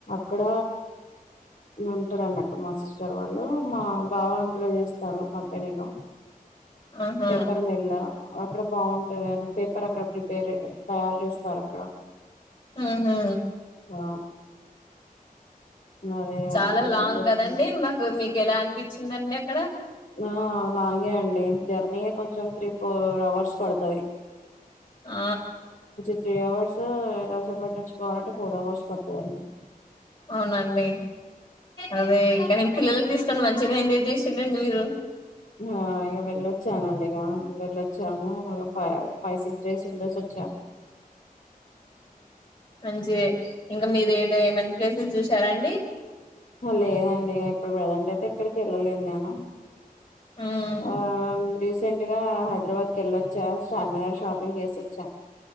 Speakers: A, on the left; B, on the left.
A: అక్కడ ఉంటారు అన్నట్టు మా సిస్టర్ వాళ్ళు మా బావ అందరూ చేస్తారు కంపెనీలో
B: ఆహా
A: పేపర్ మేల అక్కడ బాగుంటది అని పేపర్ అక్కడ ప్రిపేర్ తయారు చేస్తారు అక్కడ
B: ఉహు
A: ఆ అదే
B: చాలా
A: అక్కడికి
B: లాంగ్
A: వెళ్ళొచ్చు
B: కదండి మాకు మీకు ఎలా అనిపించిందండి అక్కడ
A: ఆ లాంగే అండి జర్నీయ కొంచెం త్రీ ఫోర్ అవర్స్ పడతుది
B: ఆ
A: త్రీ అవర్స్ <unintelligible> ఫోర్ అవర్స్ పడతదండి
B: అవునండి అదే కాని పిల్లల్ని తీసుకుని మంచిగా ఎంజాయ్ <unintelligible> మీరు
A: ఆ ఇక వెళ్ళొచ్చానండి ఇక వెళ్ళొ చ్చము ఇంకా <unintelligible> ఫైవ్ సిక్స్ డేస్ ఉండేసి చె
B: మందే ఇంకా మీరు ఏ ఏమ ప్లేసెస్ చూసారండి
A: లేదండి ఇప్పుడు ప్రజెంట్ అయితే ఎక్కడికి వెళ్ళలేదు నేను
B: హ్మ్
A: ఆ రీసెంట్ గా హైదరాబాద్కి వెళ్ళొచ్చా చార్మినార్ షాపింగ్ చేసొచ